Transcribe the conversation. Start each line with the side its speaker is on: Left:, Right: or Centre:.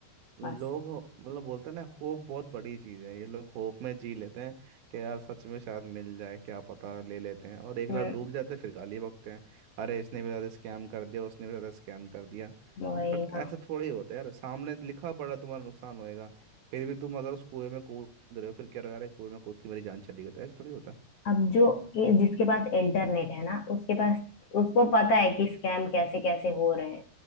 Right: लोग
Left: बस
Right: मतलब बोलते हैं ना होप बहुत बड़ी चीज है ये लोग होप में जी लेते हैं कि यार सच में शायद मिल जाए क्या पता ले लेते हैं और एक
Left: हम्म
Right: लाख डूब जाते हैं फिर गाली बकते हैं अरे इसने भी ज्यादा स्कैम कर दिया उसने भी ज्यादा स्कैम कर दिया
Left: वही
Right: बट
Left: ना
Right: ऐसे थोड़े ही होता है यार सामने लिखा पड़ा तुम्हारा नुकसान होएगा फिर भी तुम अगर उस कुएं में कूद रहे हो फिर क्या रहा अरे कुएं में कूद के मेरी जान चली गई तो ऐसे थोड़ी होता
Left: अब जो ए- जिसके पास इंटरनेट है ना उसके पास उसको पता है कि स्कैम कैसे कैसे हो रहे हैं